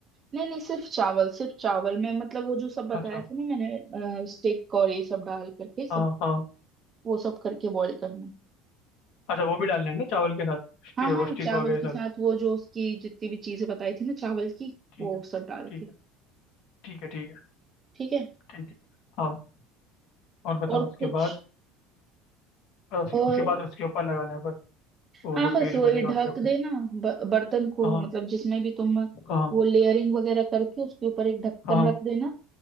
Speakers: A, on the right; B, on the left.
A: नहीं नहीं सिर्फ चावल सिर्फ चावल में मतलब वो जो सब बताया
B: अच्छा
A: था ना मैंने स्टेक और ये सब डाल करके
B: हाँ
A: सब
B: हाँ
A: वो सब करके बॉईल करना
B: अच्छा वो भी डालना है ना चावल के साथ स्टी,
A: हाँ
B: वो
A: हाँ
B: स्टिक
A: चावल
B: वगैरह
A: के साथ
B: सब
A: वो जो उसकी जितनी भी चीजें बताई थी ना चावल की
B: ठीक
A: वो
B: है
A: सब डाल
B: ठीक
A: के
B: है ठीक है ठीक है
A: ठीक है
B: ठीक है हाँ और बताओ
A: और
B: उसके
A: कुछ
B: बाद अ, उसके,
A: और
B: उसके बाद उसके ऊपर लगाना है बस वो
A: हाँ
B: जो
A: बस
B: पेस्ट
A: वही
B: बनेगा
A: ढक
B: उसके ऊपर
A: देना ब- बर्तन को
B: हाँ
A: मतलब जिसमें भी तुम
B: हाँ
A: वो लेयरिंग वगैरह करके उसके ऊपर एक ढक्कन
B: हाँ
A: रख देना